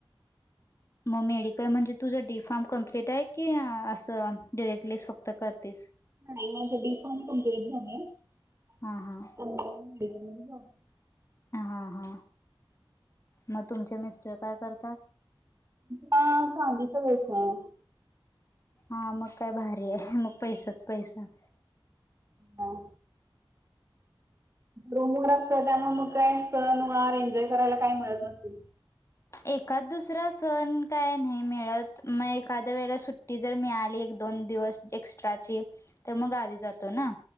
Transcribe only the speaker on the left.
मग मेडिकल म्हणजे तुझं डी फॉर्म कंप्लीट हाय की असं डिरेक्टलीच फक्त करतेस?
हा हा हां हां, म तुमचे मिस्टर काय करतात?
हां मग काय भारी हाय म पैसाच पैसा.
एकाद दुसरा सण काय नाही मिळत, मग एखाद्या वेळेला सुट्टी जर मिळाली एक दोन दिवस एक्स्ट्राचे तर मग गावी जातो ना.